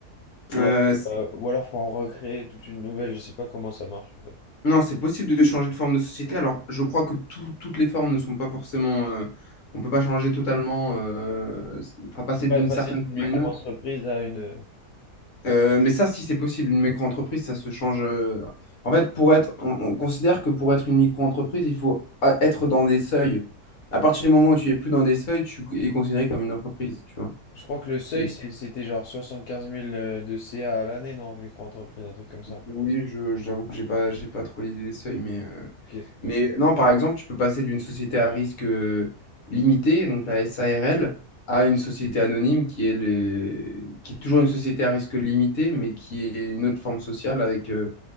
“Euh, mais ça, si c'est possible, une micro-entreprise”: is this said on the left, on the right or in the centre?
Left